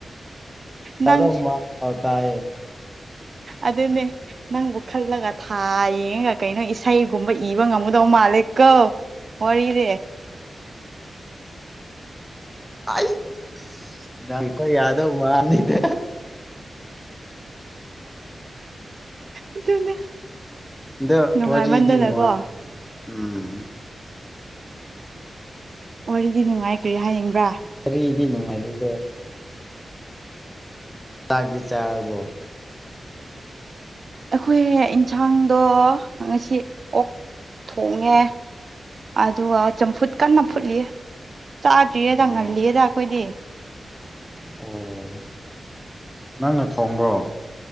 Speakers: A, in the centre; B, on the right (about 50°).
A: ꯗꯗꯧꯃ
B: ꯅꯪ
A: ꯐꯥꯔ ꯇꯥꯏꯌꯦ
B: ꯑꯗꯨꯅꯦ ꯅꯪꯕꯨ ꯈꯜꯂꯒ ꯊꯥ ꯌꯦꯡꯉꯒ ꯀꯩꯅꯣ ꯏꯁꯩ ꯨꯒꯨꯝꯕ ꯏꯕ ꯉꯝꯒꯗꯧ ꯃꯥꯂꯦ ꯀꯧ ꯋꯥꯔꯤꯔꯦ
A: ꯑꯥꯏ ꯌꯥꯗꯧ ꯃꯥꯅꯤꯗꯥ
B: ꯑꯗꯨꯅꯦ
A: ꯑꯗꯣ
B: ꯅꯨꯡꯉꯥꯏꯃꯟꯗꯅꯀꯣ
A: ꯋꯥꯔꯤꯗꯤ ꯅꯨꯡꯉꯥꯏ ꯎꯝ
B: ꯋꯥꯔꯤꯗꯤ ꯅꯨꯡꯉꯥꯏ ꯀꯔꯤ ꯍꯥꯏꯅꯤꯡꯕ꯭ꯔꯥ
A: ꯀꯔꯤꯗꯤ ꯅꯨꯡꯉꯥꯏꯔꯤꯗꯣ ꯇꯥꯛꯇꯤ ꯆꯥꯥꯔꯕꯣ
B: ꯑꯩꯈꯣꯏ ꯏꯟꯁꯥꯡꯗꯣ ꯉꯁꯤ ꯑꯣꯛ ꯊꯣꯡꯉꯦ ꯑꯗꯨꯒ ꯆꯝꯐꯨꯠ ꯀꯟꯅ ꯐꯨꯠꯂꯤ ꯆꯥꯗ꯭ꯔꯤꯌꯦꯗ
A: ꯑꯥ
B: ꯉꯜꯂꯤꯌꯦꯗ ꯑꯩꯈꯣꯏꯗꯤ
A: ꯑꯣ ꯅꯪꯅ ꯊꯣꯡꯕ꯭ꯔꯣ